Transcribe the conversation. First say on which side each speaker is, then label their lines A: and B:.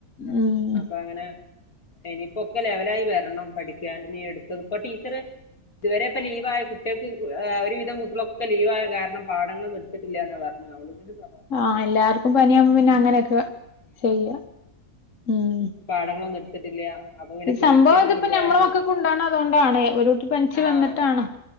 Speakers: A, on the left; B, on the left.
A: ഉം
B: അപ്പൊ അങ്ങനെ ഇനിയിപ്പോക്കെ ലെവലായി വരണം പഠിക്കാൻ ഇനി എടുത്തത്പ്പൊ ടീച്ചർ ഇതുവരെ ഇപ്പൊ ലീവായ കുട്ടികൾക്ക്എഒരുവിധം കുട്ടികളൊക്കെ ലീവായ കാരണം പാഠങ്ങളൊന്നും എടുത്തിട്ടില്ല എന്ന് പറഞ്ഞേ <unintelligible>
A: ആഹ് എല്ലാർക്കും പനിയാകുമ്പോ പിന്നെ അങ്ങനെയൊക്കെ ചെയ്യാ ഉം
B: പാഠാങ്ങളൊന്നും എടുത്തിട്ടില്ല അപ്പൊ പിന്നെ
A: ഈ
B: പേടിക്കാനൊന്നുമില്ല
A: സംഭവം ഇതിപ്പ ഞമ്മളൊമകക്കു
B: കാരണം
A: ഇണ്ടാകുന്നത് അതേകൊണ്ടാണേ ഒരുട്ടി പ നിച്ച്
B: ആഹ്
A: വന്നിട്ടാണ്
B: അതെ